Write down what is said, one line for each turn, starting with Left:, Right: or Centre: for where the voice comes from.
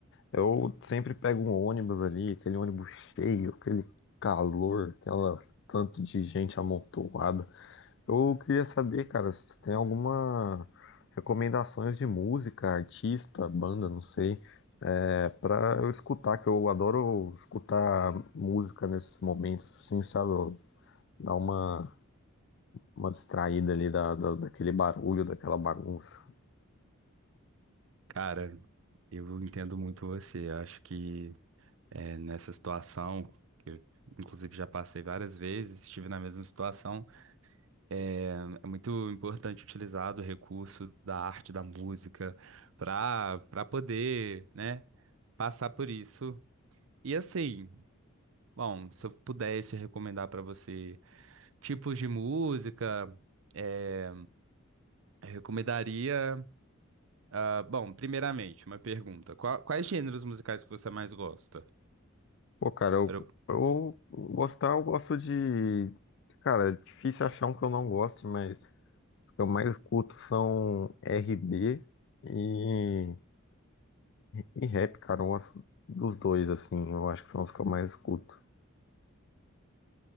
Left: Eu sempre pego um ônibus ali, aquele ônibus cheio, aquele calor, aquela tanto de gente amontoada. Eu queria saber, cara, se tu tem alguma recomendações de música, artista, banda, não sei, é, pra eu escutar, que eu adoro escutar música nesses momentos, assim, sabe? Eu Dar uma, uma distraída ali da, da- daquele barulho, daquela bagunça.
Right: Cara, eu entendo muito você. Eu acho que é, nessa situação, que eu, inclusive já passei várias vezes, estive na mesma situação, é, é muito importante utilizar do recurso da arte, da música, para para poder, né, passar por isso. E assim, bom, se eu pudesse recomendar para você tipos de música, é, eu recomendaria. Ah, bom, primeiramente, uma pergunta. Qua- quais gêneros musicais que você mais gosta?
Left: Pô, cara, eu,
Right: Pro-
Left: eu gostar, eu gosto de. Cara, é difícil achar um que eu não goste, mas os que eu mais escuto são RB e. E rap, cara, um ass- dos dois, assim, eu acho que são os que eu mais escuto.